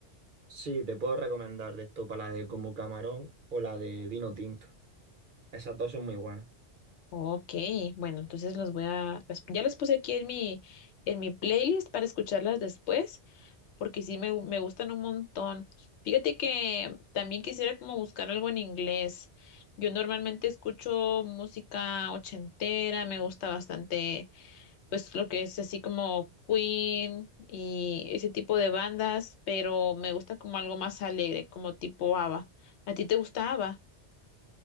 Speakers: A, on the right; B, on the left.
A: Sí, te puedo recomendar de esto para la de como camarón o la de vino tinto. Esas dos son muy buenas.
B: Ok, bueno, entonces los voy a, las- ya las puse aquí en mi, en mi playlist para escucharlas después. porque sí me, me gustan un montón. Fíjate que también quisiera como buscar algo en inglés. Yo normalmente escucho música ochentera, me gusta bastante pues lo que es así como Queen y ese tipo de bandas, pero me gusta como algo más alegre, como tipo ABBA. ¿A ti te gusta ABBA?